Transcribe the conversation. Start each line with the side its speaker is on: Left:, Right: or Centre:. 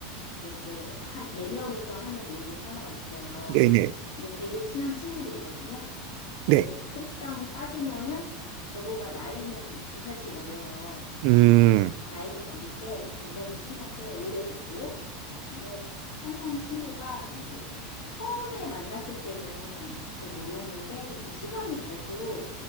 Left: 이렇게 한 네 명이서 하는 모임이 하나가 있어요.
Right: 네네 네.
Left: 근데 되게 친한 친구들이거든요.
Right: 네.
Left: 근데 실상 따지면은 저보다 나이는 두 살씩 어려요.
Right: 음
Left: 나이는 어린데 굉장히 친한데 오래됐고 근데 한 명 친구가 이제 처음에 만났을 때는 잘 몰랐는데 이제 시간이 갈수록